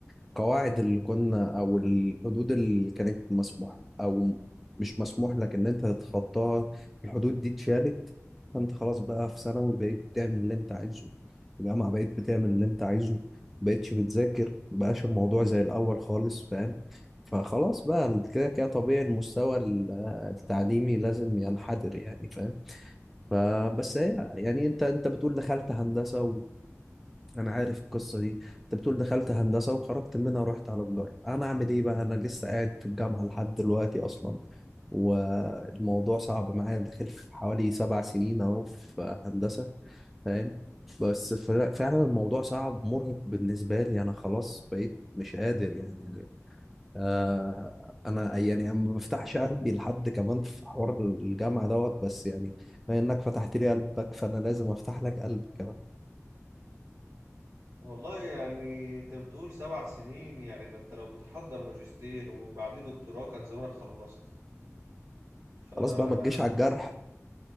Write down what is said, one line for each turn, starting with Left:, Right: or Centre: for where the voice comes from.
Centre: القواعد اللي كنا او الحدود اللي كانت مسموح او مش مسموح لك ان انت تتخطاها الحدود دي اتشالت فانت خلاص بقى في ثانوي بقيت بتعمل اللي انت عايزه في الجامعه بقيت بتعمل اللي انت عايزه مبقتش بتذاكر مبقاش الموضوع زي الاول خالص فاهم فخلاص بقى كده كده طبيعي المستوى ال- التعليمي لازم ينحدر يعني فاهم فبس هي يعني انت انت بتقول دخلت هندسه وانا عارف القصه دي انت بتقول دخلت هندسه وخرجت منها ورحت على تجاره انا اعمل ايه بقى انا لسه قاعد في الجامعه لحد دلوقتي اصلا والموضوع صعب معايا داخل في حوالي سبع سنين اهو في هندسه فاهم بس ف- فعلا الموضوع صعب مرهق بالنسبه لي انا خلاص بقيت مش قادر يعني آه انا يعني ما بفتحش قلبي لحد كمان في حوار الجامعه دوت بس يعني بما انك فتحت لي قلبك فانا لازم افتح لك قلبي كمان
Right: والله يعني انت بتقول سبع سنين يعني ده انت لو بتحضر ماجستير ومن بعديه دكتوراه كان زمانك خلصت فالموضوع
Centre: خلاص بقى ما تجيش على الجرح